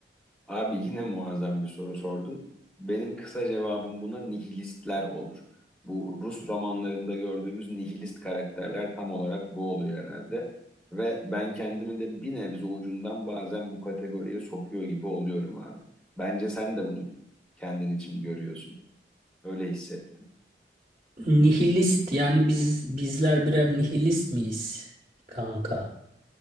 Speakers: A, in the centre; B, on the right.
A: Abi yine muazzam bir soru sordun. Benim kısa cevabım buna nihilistler olur. Bu Rus romanlarında gördüğümüz nihilist karakterler tam olarak bu oluyor herhalde. Ve ben kendimi de bir nebze ucundan bazen bu kategoriye sokuyor gibi oluyorum abi. Bence sen de bunu kendin için görüyorsun. Öyle hissettim.
B: Nihilist yani biz bizler birer nihilist miyiz kanka?